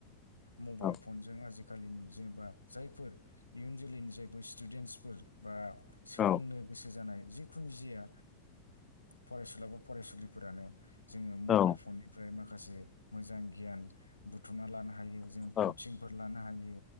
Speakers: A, on the left (about 85°); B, on the left (about 25°).
A: मबाइल
B: औ
A: फनजों आजिखालि आथिखालिनि जेनेबा जायफोर इयुन जोलैनि जायफोर स्टुडेन्टसफोर बा सोलोंनो
B: औ
A: गोसो जानाय जिखुन जिया फरायसुला बा फरायसुलिफोरानो जोङो
B: औ
A: मबाइल फननिफ्राय माखासे मोजां गियान बुथुमना लानो हा- हायो जों
B: औ
A: कसिंफोर लानो हायो